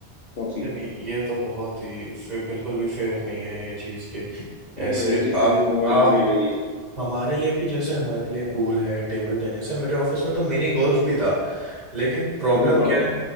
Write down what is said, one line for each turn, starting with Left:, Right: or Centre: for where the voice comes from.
Left: कॉफी
Right: यानी ये तो बहुत ही फिर बिल्कुल भी फेयर नहीं है ये चीज़ कि
Left: हाँ
Right: ऐसे
Left: ये चीज
Right: आप
Left: तो मुझे बहुत
Right: आप
Left: बुरी लगी
Right: हमारे लिए भी जैसे हमारे लिए पूल है टेबल टेनिस है मेरे ऑफिस में तो मिनी गोल्फ भी था लेकिन प्रॉब्लम
Left: अरे वाह
Right: क्या है